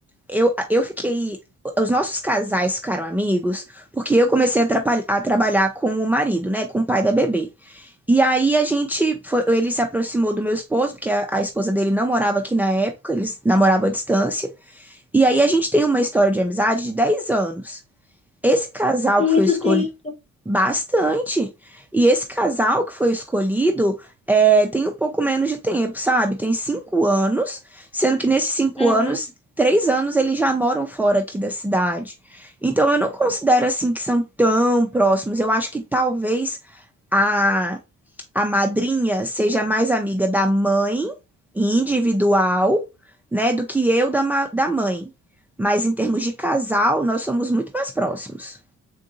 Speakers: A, in the centre; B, on the left (about 20°).
A: eu, eu fiquei. Os nossos casais ficaram amigos porque eu comecei a, trapa- a trabalhar com o marido, né? Com o pai da bebê. E aí a gente foi, ele se aproximou do meu esposo, porque a, a esposa dele não morava aqui na época, eles namoravam à distância. E aí a gente tem uma história de amizade de 10 anos. Esse casal
B: Muito
A: que foi escol
B: tempo.
A: Bastante. E esse casal que foi escolhido é, tem um pouco menos de tempo, sabe? Tem cinco anos, sendo que nesses cinco
B: Uhum,
A: anos, três anos eles já moram fora aqui da cidade. Então eu não considero assim que são tão próximos. Eu acho que talvez a, a madrinha seja mais amiga da mãe individual, né, do que eu da, ma- da mãe. Mas em termos de casal, nós somos muito mais próximos.